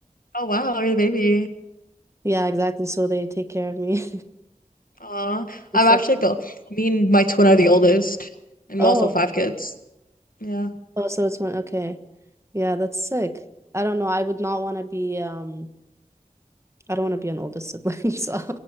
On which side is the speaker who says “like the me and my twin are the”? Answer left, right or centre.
Left